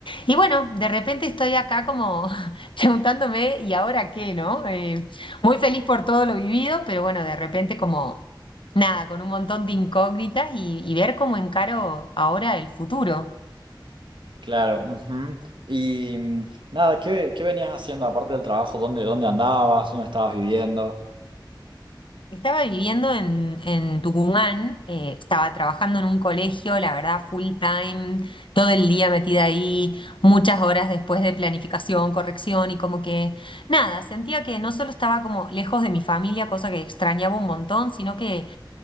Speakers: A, on the left (about 85°); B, on the right (about 75°).
A: y bueno, de repente estoy acá como <laughs> preguntándome, ¿y ahora qué, no? Eh, muy feliz por todo lo vivido, pero bueno, de repente como, nada, con un montón de incógnitas y, y ver cómo encaro ahora el futuro.
B: Claro, ujú. Y mm, nada, ¿qué, qué venías haciendo aparte del trabajo? ¿Dónde, dónde andabas? ¿Dónde estabas viviendo?
A: Estaba viviendo en, en Tucumán, eh, estaba trabajando en un colegio, la verdad, full time, todo el día metida ahí, muchas horas después de planificación, corrección y como que nada, sentía que no solo estaba como lejos de mi familia, cosa que extrañaba un montón, sino que